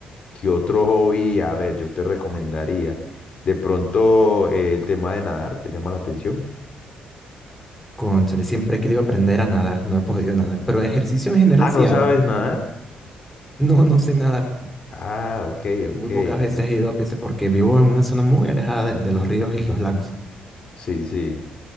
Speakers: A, on the left; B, in the centre.
A: ¿Qué otro hobby? A ver, yo te recomendaría. De pronto, eh, el tema de nadar, ¿te llama la atención?
B: Cónchale, siempre he querido aprender a nadar, no he podido nadar, pero ejercicio en general
A: Ah,
B: sí
A: ¿no
B: hago.
A: sabes nadar?
B: No, no sé nadar.
A: Ah, ok, ok,
B: Muy pocas veces
A: listo.
B: he ido a Pisa porque vivo en una zona muy alejada de, de los ríos y los lagos.
A: Sí, sí.